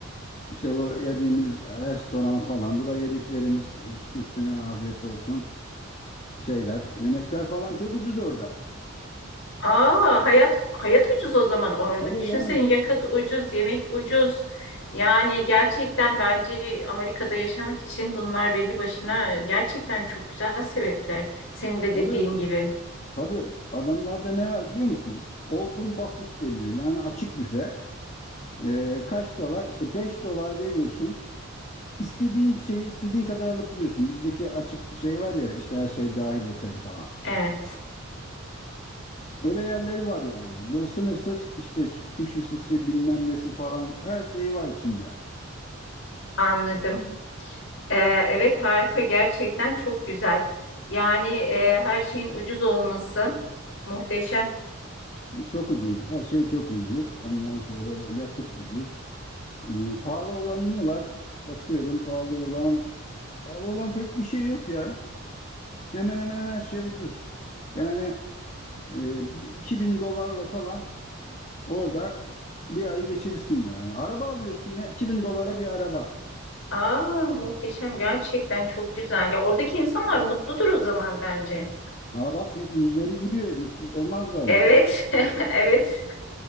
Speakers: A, on the left (about 30°); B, on the left (about 55°).
A: İşte bu yediğimiz restoran falan. Bu da yediklerimiz üstüne afiyet olsun şeyler. Yemekler falan çok ucuz orada.
B: Aa, hayat hayat ucuz o zaman orada.
A: Tabii
B: Düşünsene
A: canım.
B: yakıt ucuz, yemek ucuz. Yani gerçekten bence Amerika'da yaşamak için bunlar belli başına e, gerçekten çok güzel sebepler. Senin de
A: Tabii.
B: dediğin gibi.
A: Tabii. Adamlarda ne var biliyor musun? Open buffet deniyor. Yani açık büfe. Ee, kaç dolar? İşte 5 dolar veriyorsun. İstediğin şeyi istediğin kadar alıp yiyorsun. Bizdeki açık şey var ya işte her şey dahil otel falan.
B: Evet,
A: Öyle yerleri var yani. Böyle sınırsız işte suşisisi bilmem nesi falan her şey var içinde.
B: anladım. Ee, evet harika gerçekten çok güzel. Yani e, her şeyin ucuz olması muhteşem.
A: Çok ucuz. Her şey çok ucuz. Ondan sonra yakıt ucuz. Hmm, Pahalı olan ne var? Bakıyorum pahalı olan. Pahalı olan pek bir şey yok ya. Hemen hemen her şey ucuz. Yani e, bir 2000 dolarla falan orada bir ayı geçirirsin yani. Araba alıyorsun ya 2000 dolara bir araba.
B: Aa, muhteşem gerçekten çok güzel. Ya oradaki insanlar mutludur o zaman bence.
A: Ha bak yüzleri gülüyor. Mutlu olmazlar mı?
B: Evet, <laughs> evet.